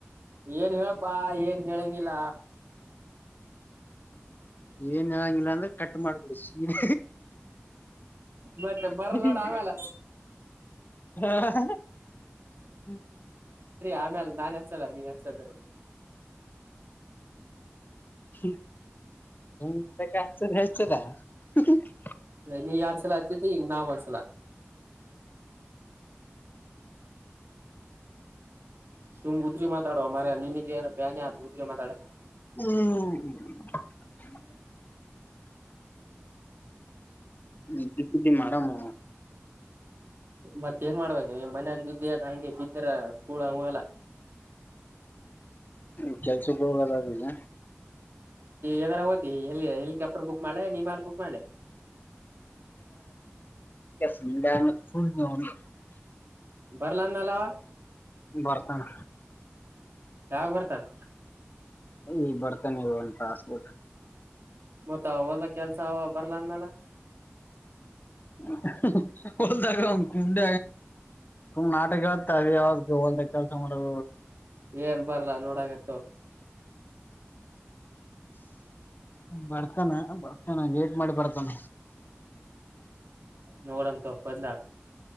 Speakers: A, on the right; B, on the left.
A: ಏನ್ ಹೇಳಪ್ಪಾ ಏನ್ ಹೇಳಂಗಿಲ್ಲ.
B: ಏನ್, ಹೇಳಂಗಿಲ್ಲ ಅಂದ್ರೆ ಕಟ್ ಮಾಡ್ಬಿಸಬುಡು.
A: ಮತ್ತೆ ಬರ್ಲ್
B: ಹ್ಮ
A: ನೋಡ ಆಮ್ಯಾಲ
B: <inaudible> ಹ್ಮ.,
A: ಆಮೇಲೆ ನಾನ್ ಹಚ್ಚಲ್ಲ ನೀ ಹಚ್ಚಂದೀರು.
B: ಹ್ಮ ಹದಾ, <unintelligible>
A: ನೀ ಯಾರ್ಡ ಸಲ ಅಚಿದಿ ಈಗ ನಾವ ಒಂದ್ಸಲ. ಸುಮ್ ಉದ್ರಿ ಮಾತಾಡೋ ಮಾರಾಯ ನಿನಗ ಎನ್ ಬ್ಯಾನತ ಉದ್ರಿ ಮಾತಾಡೋಕೆ.
B: ಹ್ಮ್,. ನಿದ್ದಿ- ಪಿದ್ದಿಮಾಡಮು
A: ಮತ್ತೇನ ಮಾಡ್ಬೇಕು ನೀ ಮನ್ಯಾಗ ಬಿದ್ದೇನಹಂಗೆ ಕೂಳು ಹೋಗಿಲ್ಲ.
B: ಈ ವತ್ತಕೆಲ್ಸಕ್ಕೆ ಹೋಗದಾಗಿಲ.,
A: ಎದಾರ ಹೊಗತಿ ಹೆಲಿಕಾಪ್ಟರ್ ಹೊಗತಿ., ಮಡಲೀ ಎನ್ ಬುಕ್ ಮಾಡಲೀ‌,.
B: ಫುಂಡ ಫುಡ್ ತೋಣಿ <inaudible>
A: ಬರ್ಲಾ ಅಂದ್ನಲ ಅವಾ
B: ಬರ್ತಾನ
A: ಯಾವಗ ಬರ್ತನ್,
B: ಈಗ ಬರ್ತಾ ನ ಒಂದತಾಸಬಿಟ್,
A: ಮತ್ತ ಓದ ಕೆಲ್ಸ ಅವಾಬರ್ಲ ಅಂದಾನಲ್ಲ.
B: ತ ಕುು ತ ತುಂಬ ನಟಕತ ಆದವ <inaudible> <unintelligible> ಲ್ದ ಕೆಲಸ ಮಾಡ <inaudible>
A: ಏನ್ ಬರಲ್ಲ ನೋಡಕತಿತೋಗ,
B: ಬರ್ತಾನ-ಬರ್ತಾನ ಲೇಟ್ ಮಾಡಿ ಬರ್ತಾನ.
A: ನೋಡಮ್ ತೋಗೋ <unintelligible> ಬದಲಾಗ